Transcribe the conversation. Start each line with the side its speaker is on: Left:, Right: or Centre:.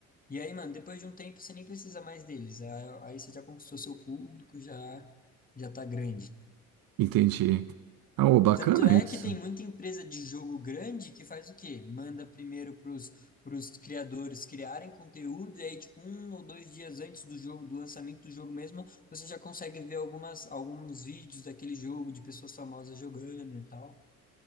Left: E aí, mano, depois de um tempo você nem precisa mais deles. a- Aí você já conquistou seu público, já, já tá grande.
Right: entendi. Ah, ô, bacana
Left: Tanto é
Right: isso.
Left: que tem muita empresa de jogo grande que faz o quê? Manda primeiro pros, pros criadores criarem conteúdo, e aí, tipo, um ou dois dias antes do jogo, do lançamento do jogo mesmo, você já consegue ver algumas, alguns vídeos daquele jogo, de pessoas famosas jogando e tal.